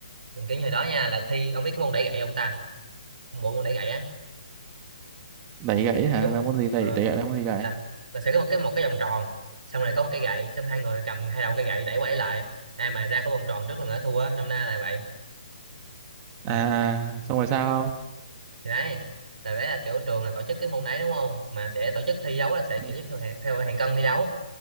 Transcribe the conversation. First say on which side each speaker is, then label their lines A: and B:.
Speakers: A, on the right; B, on the right.
A: kiểu như hồi đó nha là thi ông biết cái môn đẩy gậy không ta? Bộ môn đẩy gậy á
B: đẩy gãy
A: là
B: hả
A: kiểu
B: là môn gì đẩy
A: ờ,
B: đẩy gãy là môn gì đẩy
A: là là sẽ có một cái một cái vòng tròn xong rồi có một cái gậy xong hai người cầm hai đầu cái gậy đẩy qua đẩy lại ai mà ra khỏi vòng tròn trước là người đó thua năm nay là vậy ừ.
B: à à, xong rồi sao
A: thì đấy là đấy là kiểu trường là tổ chức cái môn đấy đúng không mà sẽ tổ chức thi đấu là sẽ
B: không
A: tổ chức theo hạng theo hạng cân thi đấu